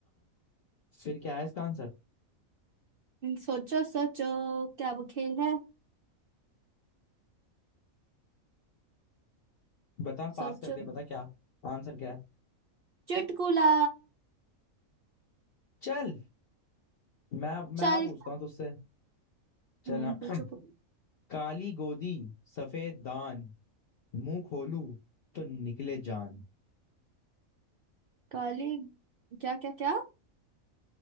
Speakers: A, on the left; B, on the right.
A: फिर क्या है इसका आंसर
B: सोचो सोचो क्या वो खेल है
A: बता पास
B: सोचो
A: कर दिया बता क्या आंसर क्या है
B: चुटकुला
A: चल मैं
B: चल
A: मैं पूछता हूँ तुझसे चल
B: हम्म
A: हाँ।
B: पूछो पूछो।
A: <clears throat> काली गोदी सफेद दान मुंह खोलू तो निकले जान
B: काली क्या क्या क्या